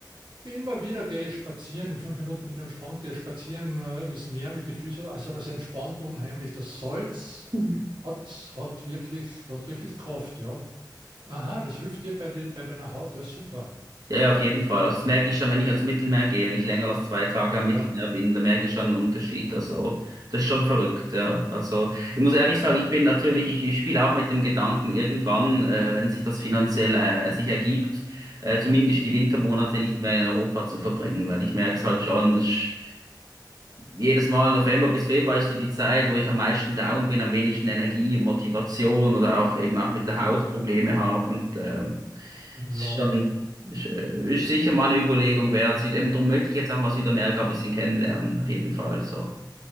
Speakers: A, on the right (about 80°); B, on the right (about 55°).
A: Geh Immer wieder gehe ich spazieren. In fünf Minuten bin ich am Strand, gehe spazieren äh, ins Meer mit den Füßen. Also das entspannt unheimlich. Das Salz
B: Mhm.
A: Hat, hat wirklich, hat wirklich Kraft, ja. Aha, das hilft dir bei, die, bei deiner Haut, ja, super.
B: Ja, ja, auf jeden Fall. Also das merke ich schon, wenn ich ans Mittelmeer gehe, wenn ich länger als zwei Tage am Mittelmeer
A: Ja,
B: bin, da merke ich schon einen Unterschied. Also das ist schon verrückt, ja. Also ich muss ehrlich
A: ja.
B: sagen, ich bin natürlich, ich, ich spiele auch mit dem Gedanken, irgendwann, äh, wenn sich das finanziell äh, sich ergibt, äh, zumindest die Wintermonate nicht mehr in Europa zu verbringen, weil ich merke es halt schon. es ist- Jedes Mal November bis Februar ist so die Zeit, wo ich am meisten down bin, am wenigsten Energie, Motivation oder auch eben auch mit der Haut Probleme habe. Und ähm,
A: Ja,
B: es ist schon ist, äh, ist sicher mal eine Überlegung wert. Sie- Eben darum möchte ich jetzt auch mal Südamerika ein bisschen kennenlernen, auf jeden Fall. So.